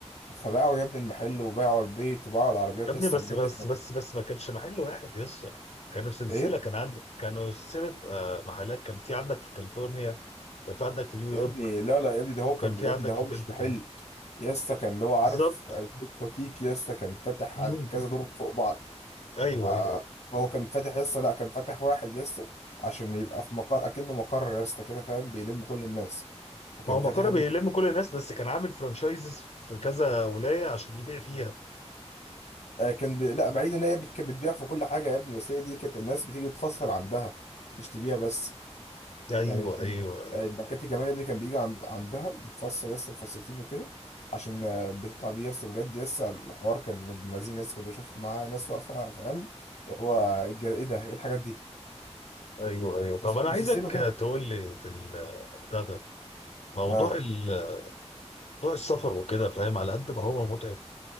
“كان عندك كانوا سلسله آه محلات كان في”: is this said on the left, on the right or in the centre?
Left